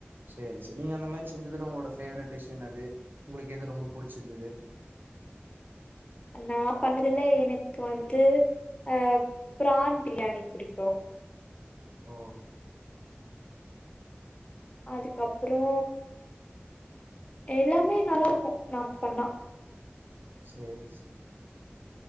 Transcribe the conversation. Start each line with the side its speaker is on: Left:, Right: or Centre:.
Right: சேரி சேரி. நீங்க அந்த மாரி செஞ்சதுல உங்களோட ஃபேவரட் டிஷ் என்னது உங்களுக்கு எது ரொம்ப புடிச்சிருந்தது?
Left: நா பண்ணதுல எனக்கு வந்து ஆ பிரான் பிரியாணி புடிக்கு.
Right: ஓ
Left: அதுக்கப்றோ எல்லாமே நல்லா இருக்கு நா பண்ணா.
Right: சேரி சேரி.